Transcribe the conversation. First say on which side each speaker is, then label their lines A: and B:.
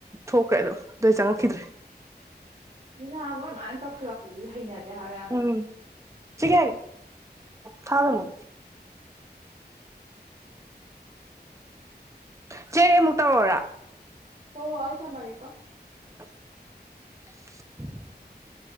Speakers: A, on the right; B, on the right.
A: ꯊꯣꯛꯈ꯭ꯔꯦꯗꯣ ꯑꯗꯨ ꯑꯩ ꯆꯪꯉꯛꯈꯤꯗ꯭ꯔꯦ
B: ꯗꯨꯅ ꯃꯣꯏ ꯃꯥꯅ ꯇꯧꯁꯜꯂꯛꯄꯗꯨꯗꯤ ꯍꯩꯅ ꯗꯦꯍꯥꯏꯕ ꯌꯥꯝꯅ
A: ꯎꯝ ꯁꯤ ꯀꯦꯟ ꯊꯥꯔꯨꯅꯣ ꯆꯦ ꯑꯩꯃꯨꯛ ꯇꯧꯔꯣꯔ
B: ꯍꯣꯍꯣꯏ ꯊꯝꯃꯥꯒꯦꯀꯣ
A: <inaudible>